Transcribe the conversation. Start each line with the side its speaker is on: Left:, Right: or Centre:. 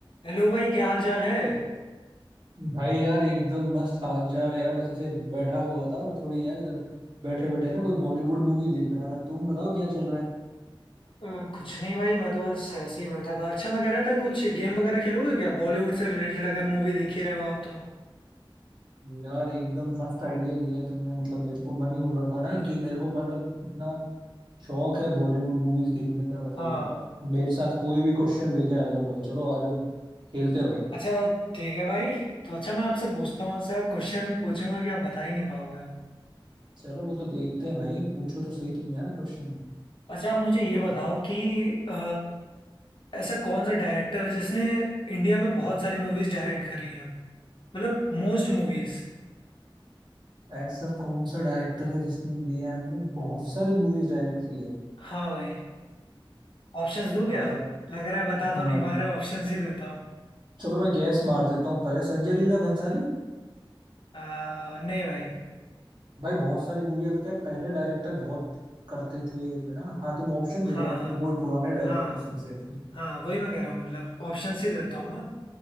Left: Hello भाई क्या हाल चाल है
Right: भाई यार एकदम मस्त हाल चाल है यार बस ऐसे बैठा हुआ था और थोड़ी यार इधर बैठे बैठे ना कोई बॉलीवुड मूवी देख रहा था तुम बताओ क्या चल रहा है
Left: अ, कुछ नहीं भाई मैं तो बस ऐसे ही बैठा था अच्छा मैं कह रहा था कुछ गेम वगैरह खेलोगे क्या बॉलीवुड से रिलेटेड अगर मूवी देखी रहे हो आप तो
Right: यार एकदम मस्त आइडिया दिया है तुमने मतलब मेरे को मन ही हो रहा था ना कि मेरे को मतलब इतना शौक है बॉलीवुड मूवीज देखने का मतलब
Left: हाँ
Right: यार मेरे साथ कोई भी क्वेश्चन लेके आ जाओ भाई चलो आ जाओ खेलते हैं भाई
Left: अच्छा ठीक है भाई तो अच्छा मैं आपसे पूछता हूँ ऐसा क्वेश्चन पूछूंगा कि आप बता ही नहीं पाओगे
Right: चलो वो तो देखते हैं भाई पूछो तो सही तुम यार क्वेश्चन
Left: अच्छा आप मुझे ये बताओ कि अ, ऐसा कौन सा डायरेक्टर है जिसने इंडिया में बहुत सारी मूवीज डायरेक्ट करी हैं मतलब मोस्ट मूवीज
Right: ऐसा कौन सा डायरेक्टर है जिसने इंडिया में बहुत सारी मूवीज डायरेक्ट की है
Left: हाँ भाई ऑप्शंस दूं क्या
Right: अ,
Left: लग रहा है बता
Right: हाँ
Left: तो नहीं पा रहे ऑप्शंस ही देता हूँ
Right: चलो मैं गैस मार देता हूँ पहले संजय लीला भंसाली
Left: अ, नहीं भाई
Right: भाई बहुत सारी मूवी है तो क्या पहले डायरेक्टर बहुत करते थे ना हाँ तुम ऑप्शन दे
Left: हाँ
Right: दो आई थिंक ये बहुत पुराने डायरेक्टर्स
Left: हाँ
Right: में से थे
Left: हाँ वही मैं कह रहा हूँ मतलब ऑप्शन से देता हूँ मैं